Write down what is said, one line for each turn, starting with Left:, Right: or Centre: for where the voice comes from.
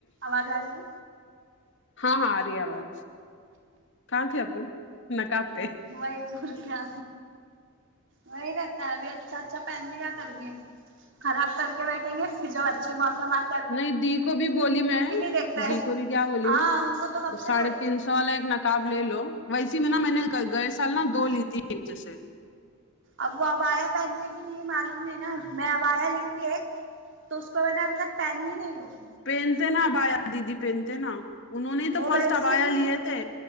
Right: آواز آ رہی ہے
Left: ہاں ہاں اری آواز کہاں تھے اپن کپتے
Right: وہی اور کیا وہی رہتا ہے ابھی اچھا اچھا پہن کے گیا تھا خراب کر کے بیٹھیں گے پھر جب اچھے موسم آ
Left: نہیں دی کو بھی بولی میں
Right: دیکھتا
Left: دی
Right: ہے
Left: کو بھی کیا بولی
Right: ہاں ان کو تو کب
Left: وہ
Right: سے
Left: ساڑھے
Right: بولی
Left: تین
Right: تھی
Left: سو والا ایک ن کاب لے لو ویسی میں نا میں نے گئے گئے سال نا دو لی تھی ایک جیسے
Right: اب وہ ابایا پہنتے کی نہیں معلوم نہیں نا میں ابایا لی تھی ایک تو اس کو میں نے ابھی تک پہنی ہی نہیں ہوں
Left: پہنتے نا عبایا دیدی پہنتے نا انہوں نے تو
Right: وہ
Left: فرسٹ
Right: ویسی
Left: ابایا لیے تھے